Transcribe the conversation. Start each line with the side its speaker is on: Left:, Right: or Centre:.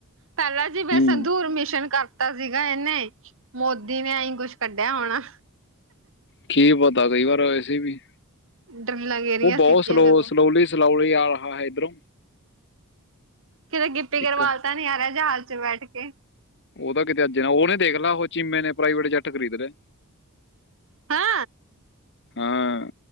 Right: ਪਹਿਲਾਂ ਜਿਵੇਂ
Left: ਹੂੰ
Right: ਸੰਦੂਰ ਮਿਸ਼ਨ ਕਰ ਤਾ ਸੀਗਾ। ਇਹਨੇ ਮੋਦੀ ਨੇ ਐਈ ਕੁਛ ਕੱਢਿਆ ਹੋਣਾ।
Left: ਕੀ ਪਤਾ ਕਈ ਵਾਰ ਵੈਸੇ ਵੀ।
Right: <unintelligible>
Left: ਉਹ ਬਹੁਤ ਸਲੋ
Right: ਜਦੋਂ
Left: ਸਲੋਲੀ-ਸਲੋਲੀ ਆ ਰਿਹਾ ਹੈ ਇੱਧਰੋ
Right: ਕਿਤੇ ਗਿੱਪੀ
Left: ਇੱਕ
Right: ਗਰੇਵਾਲ ਤਾਂ ਨੀ ਆ ਰਿਹਾ ਜਹਾਜ਼ ਚ ਬੈਠ ਕੇ।
Left: ਉਹ ਤਾਂ ਕਿਤੇ ਅੱਜ ਨਾ ਉਹਨੇ ਦੇਖਲਾ ਉਹ ਚੀਮੇ ਨੇ ਪ੍ਰਾਈਵੇਟ ਜੱਟ ਖਰੀਦ ਲਿਆ।
Right: ਹੈ।
Left: ਹਾਂ।